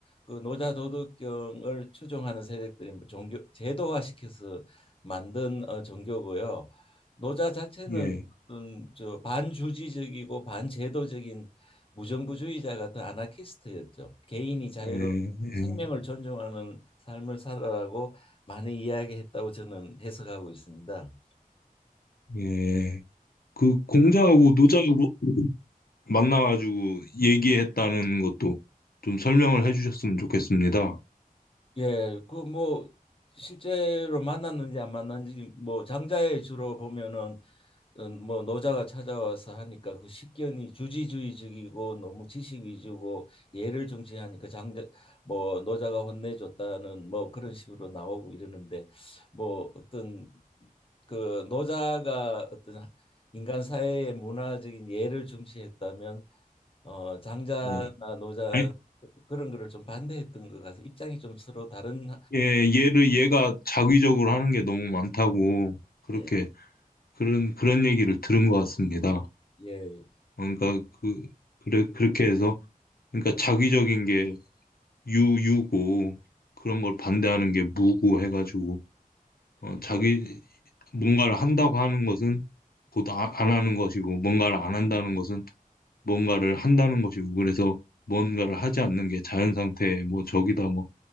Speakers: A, on the left; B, on the left.
A: 그 노자 도덕경을 추종하는 세력들이 뭐 종교 제도화시켜서 만든 어, 종교고요. 노자 자체는
B: 예,
A: 어떤 저 반주지적이고 반제도적인 무정부주의자 같은 아나키스트였죠. 개인이 자유로
B: 예,
A: 생명을
B: 예,
A: 존중하는 삶을 살아라고 많이 이야기했다고 저는 해석하고 있습니다.
B: 예. 그 공자하고 노자하고 만나가지고 얘기했다는 것도 좀 설명을 해주셨으면 좋겠습니다.
A: 예, 그 뭐 실제로 만났는지 안 만났는지 뭐 장자에 주로 보면은 음, 뭐 노자가 찾아와서 하니까 그 식견이 주지주의적이고 너무 지식 위주고 예를 중시하니까 장자 뭐 노자가 혼내줬다는 뭐 그런 식으로 나오고 이러는데 뭐 어떤 그 노자가 어떤 인간 사회의 문화적인 예를 중시했다면 어 장자나
B: 예.
A: 노자
B: 아니,
A: 그런 거를 좀 반대했던 것 같아서 입장이 좀 서로 다른
B: 예, 얘를 얘가 자기적으로 하는 게 너무 많다고 그렇게
A: 예.
B: 그런 그런 얘기를 들은 것 같습니다.
A: 예.
B: 그러니까 그 그래 그렇게 해서 그러니까 자기적인 게 유유고 그런 걸 반대하는 게 무고 해가지고 어,
A: 예.
B: 자기 뭔가를 한다고 하는 것은 곧 아, 안 하는 것이고 뭔가를 안 한다는 것은 뭔가를 한다는 것이고 그래서 뭔가를 하지 않는 게 자연 상태의 뭐 적이다 뭐